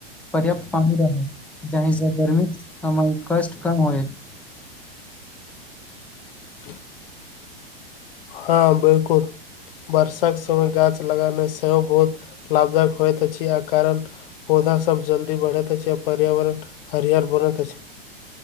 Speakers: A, in the centre; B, on the left (about 65°).
A: पर्याप्त पानी रह जाहिस गर्मीित समय कष्ट कम होएत।
B: ह हँ बिलकुलम। वर्षाक समय गाछ लगाना सेहो बहुत लाभदायक होइत अछि आ कारण। पौधा सब जल्दी बढ़ैत अछि आऔर पर्यावरण हरिियर बनैत अछि।